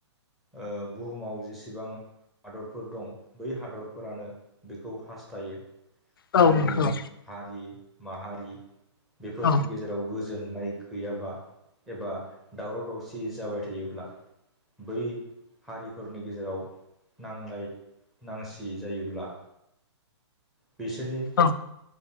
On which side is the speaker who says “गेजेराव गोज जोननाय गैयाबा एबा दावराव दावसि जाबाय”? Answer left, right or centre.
Centre